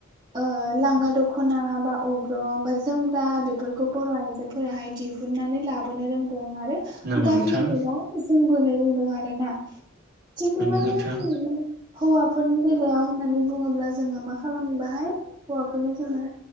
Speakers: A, on the right; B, on the right.
A: ओ लागा दख'नाब बा अग्रं बा जोमग्रा बेफोरखौ बर' आइजोफोराहाय दिहुननानै लाबोनो रोंदों आरो गानबोनो
B: नंगौ नोंथां
A: बा जोमबोनो रोंदों आरोना थिग बेबायदिनो
B: नंगौ नोंथां
A: दिनैनि हौवाफोरनि बेलायाव होननानै बुङोब्ला जोङो मा खालामो बाहाय हौवाफोरनो जोङो